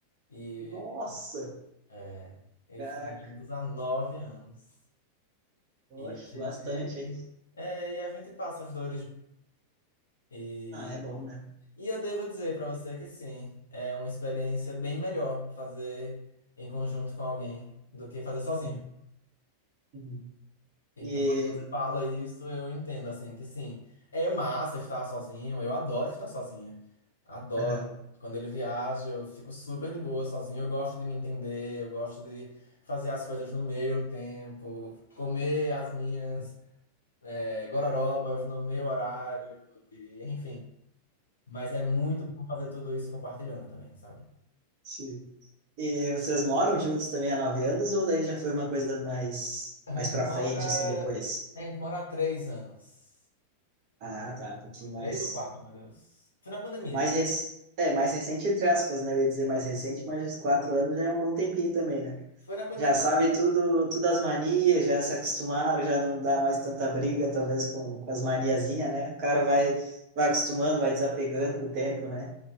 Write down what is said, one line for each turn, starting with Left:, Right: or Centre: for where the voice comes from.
Left: e
Right: Nossa,
Left: é, e
Right: caraca,
Left: estamos juntos há nove anos.
Right: oxe,
Left: E a gente,
Right: bastante, hein?
Left: é, e a gente passa as dores. E,
Right: Ah, é bom, né?
Left: e eu devo dizer para você que sim, é uma experiência bem melhor fazer em conjunto com alguém do que fazer sozinho.
Right: Uhum, uhum.
Left: Então,
Right: E,
Left: quando você fala isso, eu entendo, assim, que sim. É massa estar sozinho, eu adoro estar sozinha. Adoro.
Right: aham,
Left: Quando ele viaja, eu fico super de boa sozinho. Eu gosto de me entender, eu gosto de fazer as coisas no meu tempo, comer as minhas é, gororobas no meu horário, e, enfim. Mas é muito bom fazer tudo isso compartilhando também, sabe?
Right: sim. E vocês moram juntos também há nove anos ou daí já foi uma coisa mais
Left: A
Right: mais
Left: gente
Right: para
Left: mora.
Right: frente assim depois?
Left: A gente mora há três anos.
Right: Ah, tá, um pouquinho mais
Left: Três ou quatro, meu Deus. Foi na pandemia.
Right: mais rec... é mais recente entre aspas, né? Eu ia dizer mais recente, mas quatro anos já é um bom tempinho também, né?
Left: Foi na pandemia.
Right: Já sabe tudo, tudo as manias, já se acostumaram, já não dá mais tanta briga, talvez com, com as maniazinhas, né? O cara vai, vai acostumando, vai desapegando com o tempo, né?